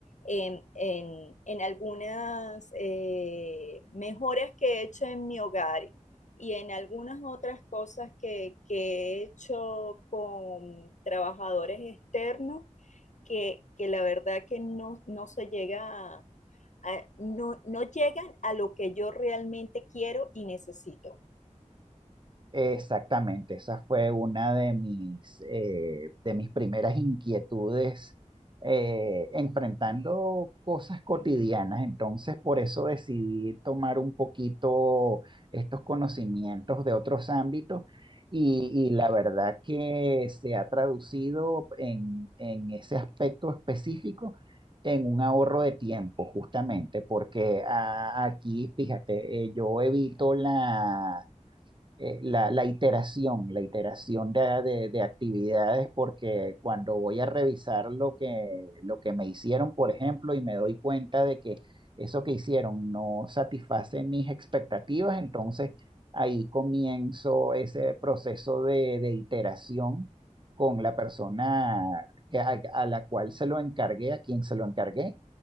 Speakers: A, on the left; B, on the right.
A: en, en- en algunas eh, mejoras que he hecho en mi hogar y en algunas otras cosas que, que he hecho con trabajadores externos que, que la verdad que no, no se llega a- a- no, no llegan a lo que yo realmente quiero y necesito.
B: Exactamente, esa fue una de mis, eh, de mis primeras inquietudes eh, enfrentando cosas cotidianas. Entonces, por eso decidí tomar un poquito estos conocimientos de otros ámbitos y, y la verdad que se ha traducido en, en ese aspecto específico en un ahorro de tiempo, justamente, porque ah, aquí, fíjate, eh, yo evito la eh, la, la iteración, la iteración de, de- de actividades, porque cuando voy a revisar lo que, lo que me hicieron, por ejemplo, y me doy cuenta de que eso que hicieron no satisface mis expectativas, entonces ahí comienzo ese proceso de, de iteración con la persona que- a, a la cual se lo encargué, a quien se lo encargué,